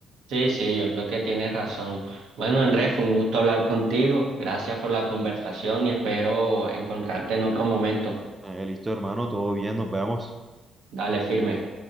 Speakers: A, on the right; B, on the right.
A: Sí, sí, yo creo que tienes razón. Bueno, Andrés, fue un gusto hablar contigo. Gracias por la conversación y espero encontrarte en otro momento.
B: Eh, listo, hermano, todo bien, nos vemos.
A: Dale, firme.